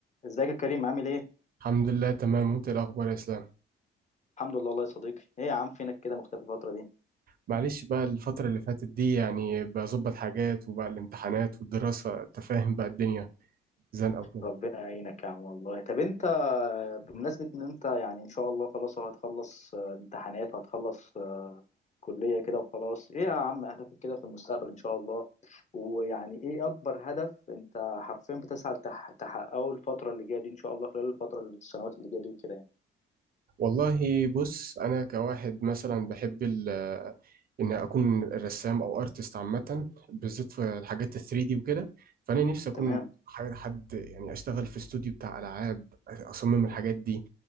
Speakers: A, on the left; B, on the right.
A: ازيك يا كريم عامل ايه؟
B: الحمد لله تمام وانت ايه الاخبار يا اسلام
A: الحمد لله والله يا صديقي، ايه يا عم فينك كده مختفي الفترة دي؟
B: معلش بقى الفترة اللي فاتت دي يعني بظبط حاجات وبقى الامتحانات والدراسة انت فاهم بقى الدنيا زنقة وكده
A: ربنا يعينك يا عم والله، طب انت آه، بمناسبة ان انت يعني ان شاء الله خلاص أهو هتخلص آه، امتحانات وهتخلص آه، كلية كده وخلاص، ايه يا عم هدفك كده في المستقبل ان شاء الله؟ ويعني ايه اكبر هدف انت حرفيا بتسعى لتح- تحققه الفترة اللي جاية دي ان شاء الله خلال الفترة السنوات اللي جاية دي وكده يعني،
B: والله بص انا كواحد مثلا بحب ال آه، ان اكون رسام او ارتست عامه بالذات في الحاجات ال 3D وكده فانا نفسي اكون
A: تمام؟
B: ح- حد يعني اشتغل في استوديو بتاع العاب اصمم الحاجات دي